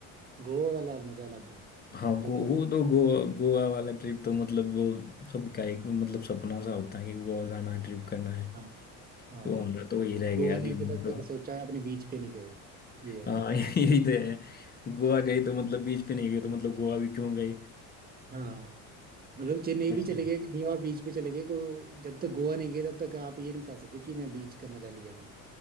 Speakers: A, on the right; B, on the left.
A: गोवा वाला मजा अलग है
B: हाँ
A: जो
B: गो,
A: गोवा
B: वो तो गोवा गोवा वाला ट्रिप तो मतलब वो सबका एक मतलब सपना सा होता है कि गोवा जाना है ट्रिप करना है
A: हाँ हाँ
B: तो हमारा तो वही रह
A: गोवा
B: गया
A: नहीं
B: कि हमने
A: गया तब
B: तो
A: तक सोचा अपने बीच पे नहीं गए ये है
B: हाँ
A: तब
B: <laughs> यही
A: तक
B: तो है गोवा गए तो मतलब बीच पे नहीं गए तो मतलब गोवा भी क्यों गए
A: हाँ मतलब चेन्नई भी
B: ऐसे
A: चले गए कहीं और बीच पे चले गए को जब तक गोवा नहीं गए तब तक आप ये नहीं बता सकते कि मैं बीच का मजा लिया मैंने